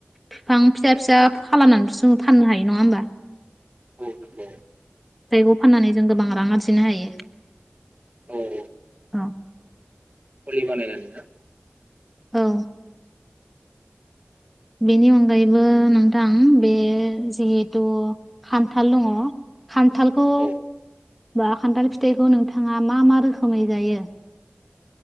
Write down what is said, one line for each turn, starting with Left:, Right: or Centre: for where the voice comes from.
Centre: बिफां फिसा फिसा खालामनानै जों फाननो हायो नङा होमबा
Right: औ नंगौ
Centre: जायग' फाननानै जों गोबां रां आरजिनो हायो
Right: औ
Centre: औ
Right: मुलि बानायनाय जायोमोन ना
Centre: औ बेनि अनगायैबो नोंथां बे जिहेथु खान्थाल दङ खान्थालखौ
Right: औ
Centre: बा खान्थाल फिथाइखौ नोंथाङा मा मा रोखोमै जायो,?